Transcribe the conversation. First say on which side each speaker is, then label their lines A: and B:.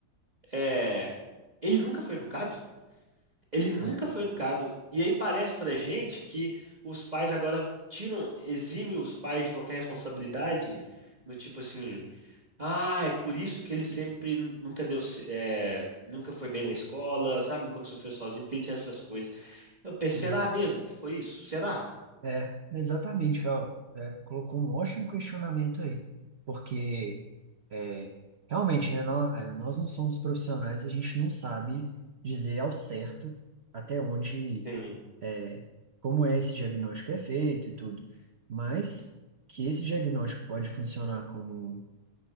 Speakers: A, on the right (about 25°); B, on the right (about 85°).
A: é, ele nunca foi educado, ele nunca
B: é.
A: foi educado. E aí parece pra gente que os pais agora tiram, exime os pais de qualquer responsabilidade, do tipo assim. Ah, é por isso que ele sempre n- nunca deu, ce- é, nunca foi bem na escola, sabe? Nunca conseguiu fazer sozinho, porque ele tinha essas coisas. Eu pensei,
B: uhum.
A: será mesmo que foi isso? Será?
B: É, exatamente, Fel. É, colocou um ótimo questionamento aí. Porque, é, realmente, né? Nós, é, nós não somos profissionais e a gente não sabe dizer ao certo até onde.
A: Sim.
B: é, como é esse diagnóstico é feito e tudo, mas que esse diagnóstico pode funcionar como